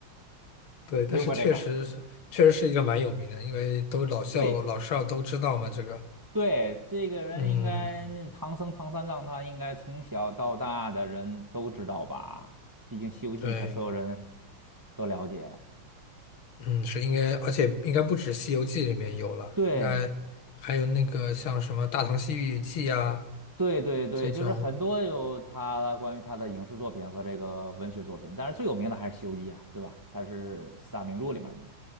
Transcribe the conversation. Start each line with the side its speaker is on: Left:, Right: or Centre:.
Right: <laughs>
Left: 对，但是确实是确实是一个蛮有名的，
Right: 听过这个？
Left: 因为都老校老少都知道嘛，
Right: 对
Left: 这个。
Right: 对，这个人应该那唐僧唐三藏，
Left: 嗯，
Right: 他应该从小到大的人都知道吧？毕竟《西游记》，
Left: 对，
Right: 他所有人都了解。
Left: 嗯，是应该，而且应该不止《西游记》里面有了，
Right: 对
Left: 应该还有那个像什么《大唐西域记》啊
Right: 对对对，
Left: 这种，
Right: 就是很多有他关于他的影视作品和这个文学作品，但是最有名的还是《西游记》啊，对吧？它是四大名著里面的嘛。